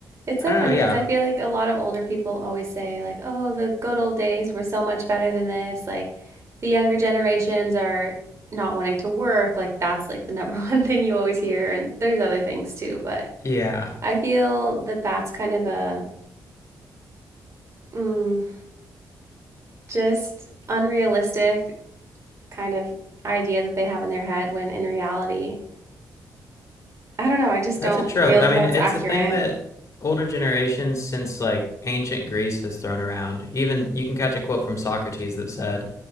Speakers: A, on the right (about 40°); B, on the left (about 40°).
A: It's
B: I
A: so
B: don't
A: funny
B: know, yeah.
A: because I feel like a lot of older people always say, like, oh, the good old days were so much better than this. Like, the younger generations are not wanting to work. Like, that's like the number <laughs> one thing you always hear. And there's other things too. But
B: Yeah.
A: I feel that that's kind of a mm, just unrealistic kind of idea that they have in their head when in reality, I don't know. I just
B: That's
A: don't
B: a trope.
A: feel
B: I
A: that
B: mean,
A: that's
B: it's
A: accurate.
B: a thing that older generations since like ancient Greece has thrown around. Even you can catch a quote from Socrates that said,